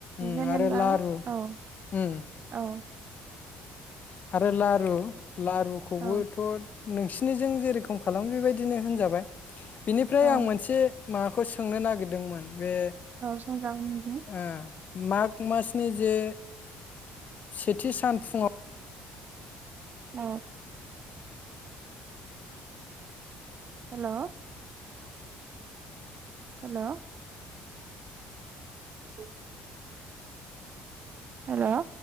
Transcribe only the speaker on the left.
उम
आरो लारु
उम
आरो लारु लारुखौबोथ'
नोंसिनिजों जेरै खम खालामो बेबायदिनो होनजाबाय बिनिफ्राय आं
मोनसे माबाखौ सोंनो नागिरदोंमोन बे
ओ माग मासनि जे सेथि सान फुङाव